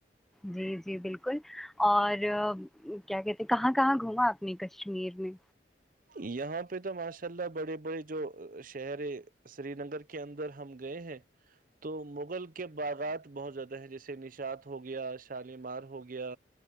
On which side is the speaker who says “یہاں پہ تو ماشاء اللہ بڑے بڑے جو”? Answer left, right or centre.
Right